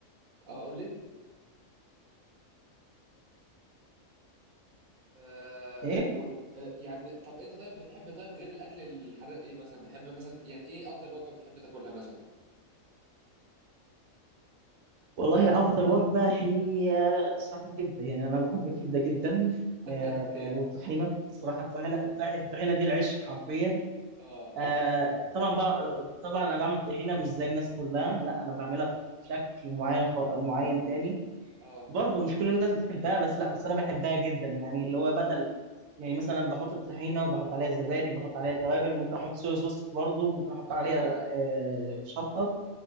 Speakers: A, on the right; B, on the right.
A: اقول لي آه
B: ايه
A: و... آه يعني طب انت طيب بتحب طيب غير الاكل الحراق ايه مثلا بتحب مثلا ت- يعني ايه افضل وجبه بتحب تاكلها مثلا
B: والله أفضل وجبة هي صراحة الكبدة يعني أنا بحب الكبدة جدا آه،
A: <laughs> اوكي
B: والطحينة صراحة الطحينة الطحينة دي العيش حرفيا
A: اه
B: آه، طبعا بقى طبعا أنا بعمل طحينة مش زي الناس كلها لا أنا بعملها بشكل معين خ... معين تاني
A: اه
B: برضه مش كل الناس بتحبها بس لا بس أنا بحبها جدا يعني اللي هو بدل يعني مثلا بحط الطحينة وبحط عليها زبادي بحط عليها توابل ممكن أحط صويا صوص برضه ممكن أحط عليها
A: اه
B: آه، شطة